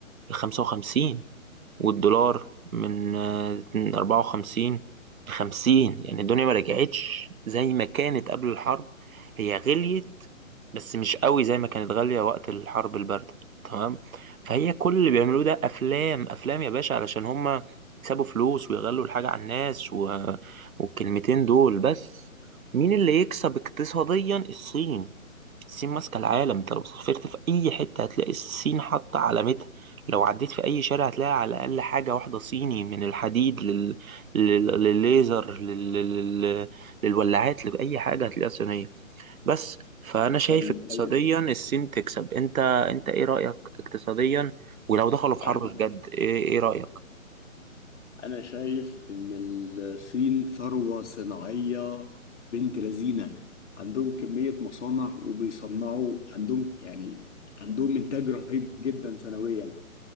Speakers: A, on the right; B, on the left.
A: ل 55 والدولار من آه، 54 ل 50 يعني الدنيا ما رجعتش زي ما كانت قبل الحرب هي غليت بس مش قوي زي ما كانت غالية وقت الحرب الباردة تمام فهي كل اللي بيعملوه ده افلام افلام يا باشا علشان هما يكسبوا فلوس ويغلوا الحاجة على الناس و... والكلمتين دول بس مين اللي يكسب اقتصاديا الصين الصين ماسكة العالم انت لو سافرت في أي حتة هتلاقي الصين حاطة علامتها لو عديت في أي شارع هتلاقي على الأقل حاجة واحدة صيني من الحديد لل... لل... للليزر لل... لل... للولاعات لأي حاجة هتلاقيها صينية بس فأنا شايف
B: فعلاً
A: اقتصاديا
B: دي
A: الصين تكسب انت انت ايه رأيك اقتصاديا ولو دخلوا في
B: حقيقة.
A: حرب بجد ايه, ايه رأيك؟
B: أنا شايف إن الصين ثروة صناعية بنت لذينة عندهم كمية مصانع وبيصنعوا عندهم يعني عندهم إنتاج رهيب جدا سنويا